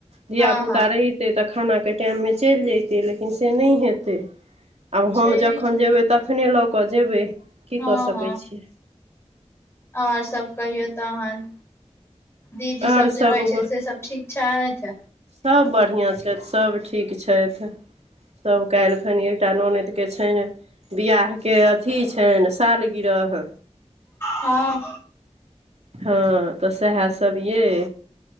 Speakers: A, on the right (about 65°); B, on the left (about 20°).
A: धियापुता
B: हँ हँ
A: रहितै तऽ खानाके टाइममे चलि जयतै लेकिन से नहि हेतै आब
B: छैहे
A: हम जखन
B: कि
A: जेयबै तखने लऽ कऽ जेबै की
B: हँ
A: कऽ सकैत
B: हँ
A: छियै
B: आओर सभ कहियौ तहन दीदी
A: आओर
B: सब जे
A: सभ
B: रहै छै से सब ठीकठा ह छै
A: सभ बढ़िआँ छथि सभ ठीक छथि सभ कलखनि एकटा ननदिके छनि वियाहके अथि छनि सालगिरह
B: हँ
A: हँ तऽ सएह सब यै